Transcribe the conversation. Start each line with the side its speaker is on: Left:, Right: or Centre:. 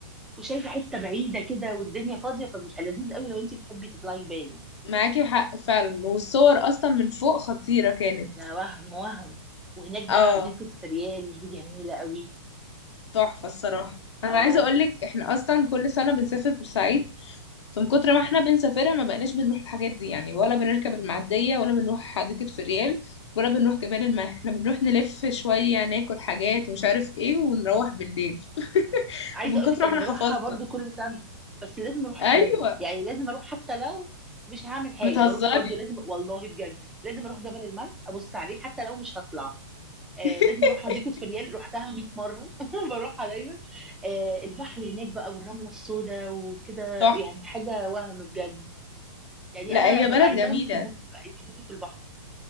Centre: وشايفه حته بعيده كده والدنيا فاضيه فبيبقى لذيذ قوي لو انت بتحبي تطلعي جبال يعني
Left: معاكي حق فعلا والصور اصلا من فوق خطيره كانت
Centre: لا وهم وهم وهناك
Left: اه
Centre: بقى حديقة فريال دي جميلة قوي
Left: تحفة الصراحة انا
Centre: اه
Left: عايزة اقولك احنا اصلا كل سنة بنسافر بورسعيد فمن كتر ما احنا بنسافرها ما بقناش بنروح الحاجات دي يعني ولا بنركب المعدية ولا بنروح حديقة فريال ولا بنروح جبال الملح احنا بنروح نلف شوية ناكل حاجات ومش عارف ايه ونروح بالليل <laughs>
Centre: عايزه
Left: من
Centre: اقول
Left: كتر
Centre: لك
Left: ما
Centre: انا
Left: احنا
Centre: بروحها
Left: حفظنا
Centre: برضو كل سنه بس لازم اروح الحاجات
Left: ايوه
Centre: دي يعني لازم اروح حتى لو مش هعمل حاجه
Left: بتهزري
Centre: بروح برضو لازم والله بجد لازم اروح جبل الملح ابص عليه حتى لو مش هطلع آه
Left: <laughs>
Centre: لازم اروح حديقه فريال رحتها 100 مره <laughs> بروحها دايما آه البحر هناك بقى والرمله السوداء وكده
Left: تحفة
Centre: يعني حاجه وهم بجد يعني
Left: لا
Centre: انا
Left: هي
Centre: ببقى
Left: بلد
Centre: عايزاهم
Left: جميلة
Centre: يسيبوني بقى يسيبوني في البحر